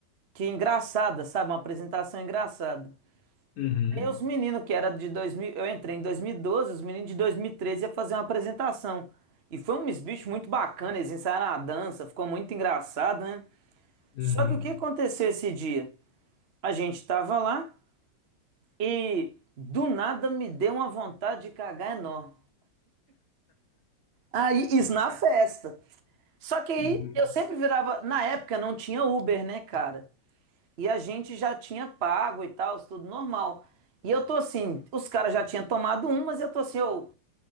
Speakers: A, on the right (about 50°); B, on the left (about 75°).
A: que engraçada, sabe? Uma apresentação engraçada.
B: Uhum.
A: Aí os meninos que era de dois mil eu entrei em dois mil e doze os meninos de 2013 ia fazer uma apresentação. E foi um bicho muito bacana, eles ensaiaram a dança, ficou muito engraçado, né? Só
B: Uhum.
A: que o que aconteceu esse dia? A gente tava lá e do nada me deu uma vontade de cagar enorme. Aí, isso na festa. Só que aí
B: Uhum.
A: eu sempre virava, na época não tinha Uber, né, cara? E a gente já tinha pago e tal, tudo normal. E eu tô assim, os caras já tinham tomado um, mas eu tô assim, eu